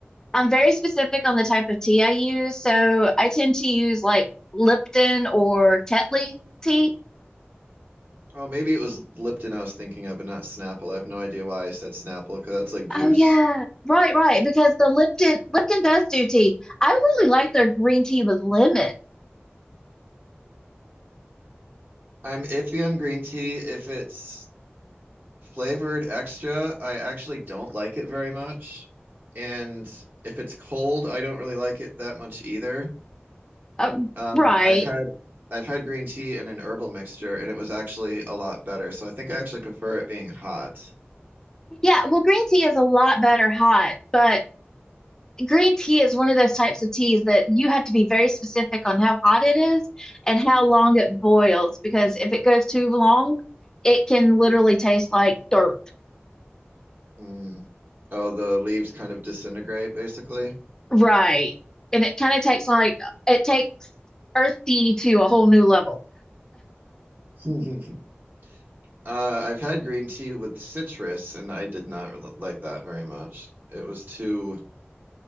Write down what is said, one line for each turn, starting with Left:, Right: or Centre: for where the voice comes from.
Left: I'm very specific on the type of tea I use. So I tend to use like Lipton or Tetley tea.
Right: Oh, maybe it was Lipton I was thinking of and not Snapple. I have no idea why I said Snapple because that's like juice.
Left: Oh yeah, right, right. Because the Lipton Lipton does do tea. I really like their green tea with lemon.
Right: I'm iffy on green tea. If it's flavored extra, I actually don't like it very much. And if it's cold, I don't really like it that much either.
Left: Um,
Right: Um,
Left: right.
Right: I've had I've had green tea in an herbal mixture and it was actually a lot better. So I think I actually prefer it being hot.
Left: Yeah. Well, green tea is a lot better hot, but green tea is one of those types of teas that you have to be very specific on how hot it is and how long it boils. Because if it goes too long, it can literally taste like dirt.
Right: Mm. Oh, the leaves kind of disintegrate basically.
Left: Right. And it kind of takes like it takes earthy to a whole new level.
Right: <laughs> Uh, I've had green tea with citrus, and I did not re- like that very much. It was too,